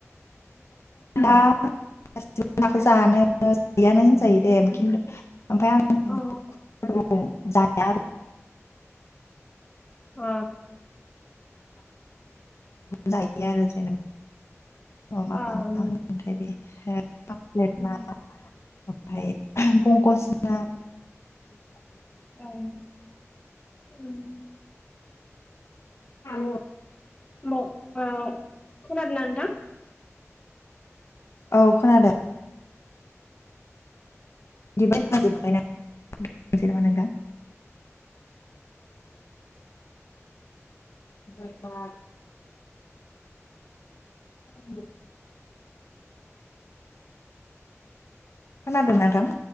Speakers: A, on the left; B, on the left.
A: आ गासिबो नाखौ जानो जायोनो होनजायो दे खिन्थु ओमफ्राय आं
B: अ
A: जाया आरो
B: अ
A: जायो आरो जेनेबा मा
B: अ उम
A: होनथाय बे ओमफ्राय
B: उम
A: पंकज ना
B: ओं ओम
A: थां
B: ओमब अ खोनादोना नोंथां।
A: औ खोनादों बिदिबाय जोबबायना सै नामा नोंथां। ब बा। औ। खोनादोंना नों थां।